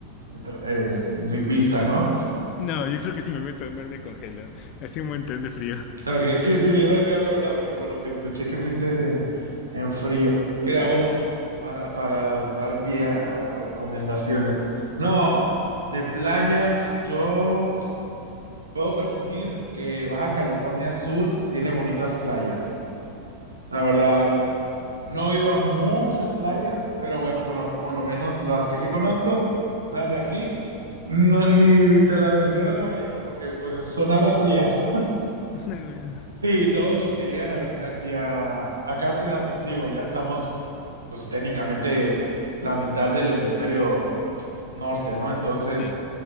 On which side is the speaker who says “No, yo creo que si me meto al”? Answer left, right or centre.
Left